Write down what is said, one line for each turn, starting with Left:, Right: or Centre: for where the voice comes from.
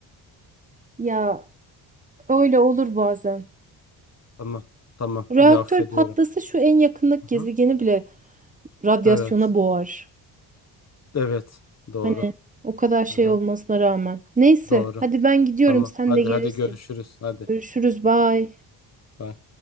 Right: ya öyle olur bazen.
Left: Tamam tamam
Right: Bu reaktör
Left: iyi affediyorum.
Right: patlasa şu en yakındaki
Left: Hı
Right: gezegeni
Left: hı.
Right: bile radyasyona
Left: Evet.
Right: boğar.
Left: Evet. Doğru.
Right: Hani o kadar şey
Left: Aha,
Right: olmasına rağmen. Neyse
Left: doğru.
Right: hadi ben gidiyorum
Left: Tamam.
Right: sen
Left: Hadi
Right: de gelirsin.
Left: hadi görüşürüz. Hadi.
Right: Görüşürüz bye.
Left: Bye.